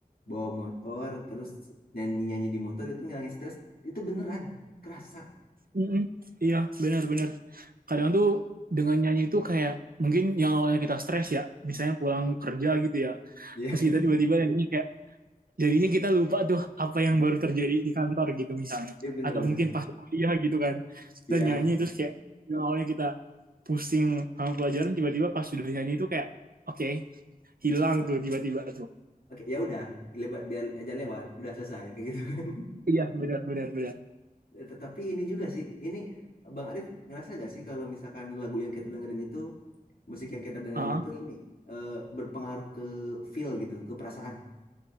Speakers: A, on the left; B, on the right.
A: bawa motor terus nyanyi-nyanyi di motor itu ngilangin stres itu beneran kerasa.
B: Mm-mm. iya benar-benar kadang tuh dengan nyanyi itu kayak mungkin yang awalnya kita stres ya misalnya pulang kerja gitu ya
A: Ya.
B: terus kita tiba-tiba nyanyi kayak jadinya kita lupa tuh apa yang
A: <laughs>
B: baru terjadi di kantor gitu misalnya
A: Iya bener-bener
B: atau mungkin
A: serius.
B: pas kuliah gitu kan kita
A: Iya.
B: nyanyi terus kayak yang awalnya kita pusing sama pelajaran tiba-tiba pas sudah nyanyi itu kayak oke okay, hilang
A: Oke.
B: tuh tiba-tiba tuh
A: Oke, ya udah lebat biar aja lewat, udah selesai kayak gitu kan. <laughs>
B: iya benar benar benar
A: Eh, Tetapi ini juga sih, ini Bang Arif ngerasa gak sih kalau misalkan lagu yang kita dengerin itu, musik yang kita dengerin
B: ah
A: itu ini eh, berpengaruh ke feel gitu, ke perasaan.